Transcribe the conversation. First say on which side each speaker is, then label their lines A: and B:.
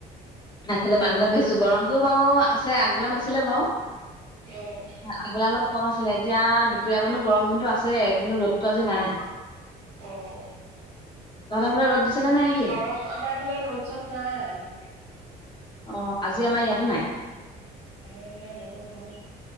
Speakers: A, on the left; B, on the right.
A: আগফালে বাৰান্দাতে বহি আছোঁ, গৰমটো বাৰু আছে, আগবেলা নাছিলে বাৰু।
B: হেহ।
A: আগবেলা অলপ কম আছিলে, এতিয়া দুপৰীয়াপাটো গৰম কিন্তু আছেই, কিন্তু ৰ'দটো আজি নাই।
B: অহ।
A: তহঁতৰ সেইফালে ৰ'দ দিছে নে নাই কি
B: গৰম, আমাৰ এইফালে ৰ'দ চ'দ নাই।
A: অ আজি আমাৰ ইয়াতো নাই
B: ৰ'দ নাই বতৰ ভাল